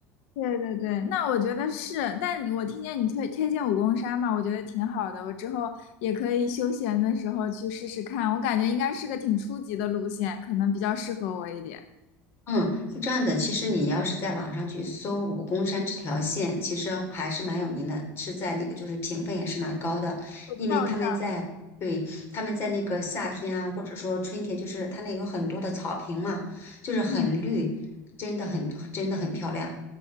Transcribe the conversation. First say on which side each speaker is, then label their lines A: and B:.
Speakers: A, on the left; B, on the left.
A: 对对对，那我觉得是，但你我听见你推推荐武功山嘛，我觉得挺好的，我之后也可以休闲的时候去试试看，我感觉应该是个挺初级的路线，可能比较适合我一点。
B: 嗯，是这样的，其实你要是在网上去搜武功山这条线，其实还是蛮有名的，是在那个就是评分也是蛮高的，
A: 我知道，
B: 因为他们在对他们在那个夏天啊，
A: 我知道，
B: 或者说春天，就是它那有很多的草坪嘛，就是很绿，
A: 嗯，
B: 真的很真的很漂亮。